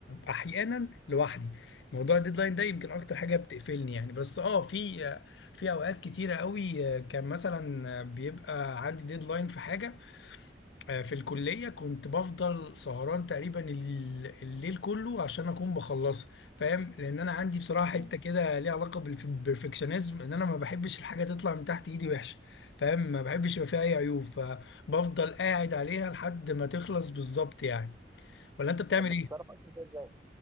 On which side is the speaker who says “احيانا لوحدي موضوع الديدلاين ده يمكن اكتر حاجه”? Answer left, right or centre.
Left